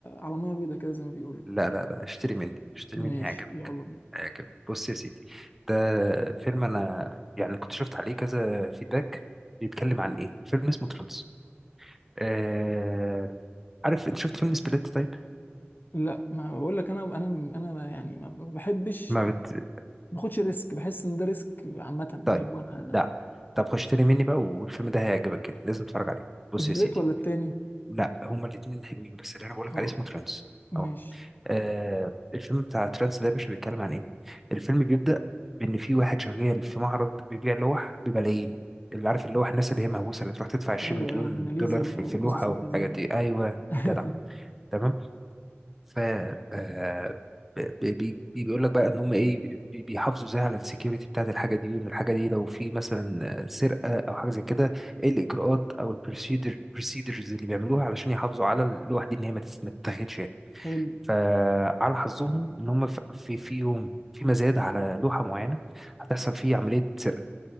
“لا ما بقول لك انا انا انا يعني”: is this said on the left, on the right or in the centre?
Left